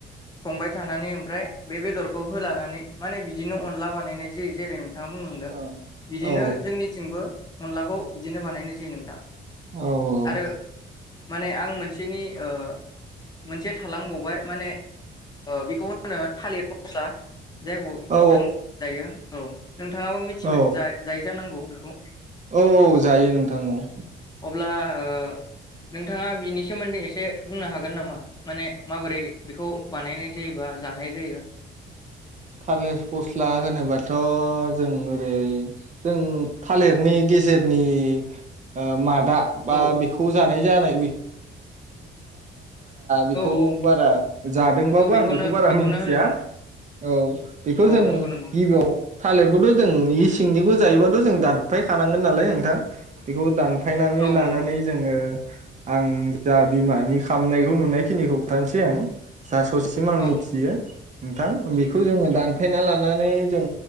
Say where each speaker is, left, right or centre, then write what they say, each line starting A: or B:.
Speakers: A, on the left; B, on the right.
A: संबाय थानानै ओमफ्राय बे बेदरखौ होलानानै माने बिदिनो अनला बानायनाय जायो जेरै थाङा बुंनादो
B: औ
A: बिदिनो
B: औ
A: जोंनिथिंबो अनलाखौ बिदिनो बानायनाय जायो नोंथां
B: औ औ।
A: आरो माने आं मोनसेनि ओ मोनसे थालांबावबाय माने ओ बेखौ होनो थालिर फस्ला जायखौ
B: औ
A: जों जायो औ। नोंथाङाबो मिथिबाय
B: औ
A: जा जायो जानांगौ। बेखौ।
B: औ औ जायो नोंथां औ।
A: अब्ला ओ नोंथाङा बिनि सोमोन्दै एसे बुंनो हागोन नामा माने माबोरै बेखौ बानायनाय जायोबा जानाय जायो?
B: थालिर फस्ला होनोबाथ जों ओरै जों थालिरनि गेजेरनि ओ मा दा बा
A: औ
B: बेखौ जा <unintelligible> रा बेखौ
A: औ औ
B: बारा जादोंबाबो
A: औ बेखौनो
B: आं बेखौ बारा
A: बेखौनो
B: मिथिया
A: होनो नोंथां
B: औ बेखौ
A: औ
B: जों
A: नंगौ नंगौ
B: गिबियाव थालिरखौथ जों इ सिंनिखौ जायोबा थ जों दानफाय खानांगौ ना नोंथां फायनानै
A: औ
B: लानानै
A: नंगौ
B: जोङो आं जा बिमानि खामनायखौ नुनायखिनिखौ खोथानोसै आं जाास'सिम आं
A: औ
B: मिथियो नोंथां बे बेखौ जोङो दानफायना लानानै जों